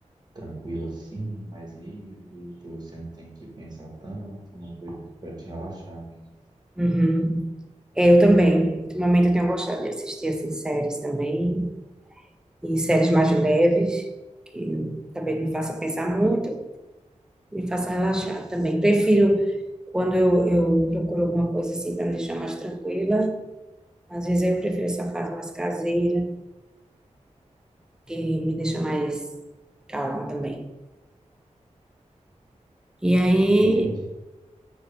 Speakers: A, on the right; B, in the centre.
A: tranquilo assim, mais livre, que você não tem que pensar tanto, uma coisa que para te relaxar mesmo.
B: Uhum. É, eu também. Ultimamente eu tenho gostado de assistir assim séries também, e séries mais leves, que também não me faça pensar muito, me faça relaxar também. Prefiro quando eu, eu procuro alguma coisa assim para me deixar mais tranquila, às vezes eu prefiro essa fase mais caseira, que me deixa mais calma também. E aí
A: Entende?